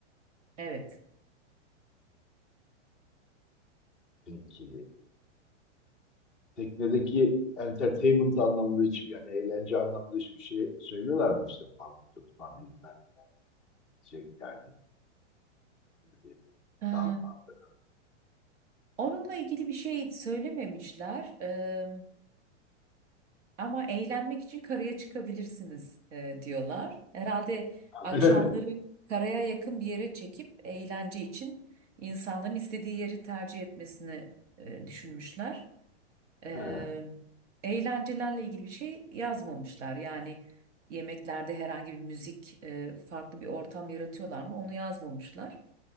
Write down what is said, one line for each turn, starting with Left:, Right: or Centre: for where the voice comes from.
Right: evet.
Centre: Peki teknedeki entertainment anlamında hiçbir yani eğlence anlamında hiçbir şey söylüyorlar mı işte balık tutma bilmem ne şey yani ne bileyim,
Right: Ee,
Centre: dalma falan.
Right: onunla ilgili bir şey söylememişler. Ee, ama eğlenmek için karaya çıkabilirsiniz e, diyorlar. Herhalde akşamları
Centre: <laughs> Öyle mi?
Right: karaya yakın bir yere çekip eğlence için insanların istediği yeri tercih etmesini e, düşünmüşler. Ee,
Centre: Ha,
Right: eğlencelerle ilgili bir şey yazmamışlar. Yani yemeklerde herhangi bir müzik, e, farklı bir ortam yaratıyorlar mı? Onu yazmamışlar.